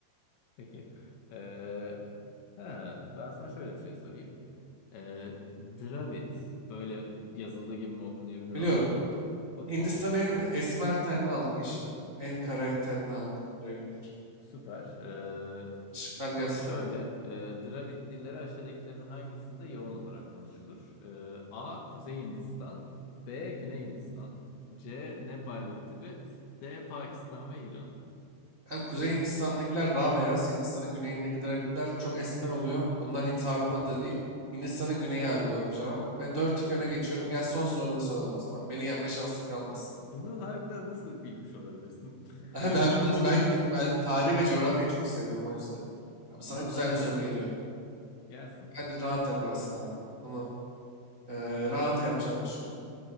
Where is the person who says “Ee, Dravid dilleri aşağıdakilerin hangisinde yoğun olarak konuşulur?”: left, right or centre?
Left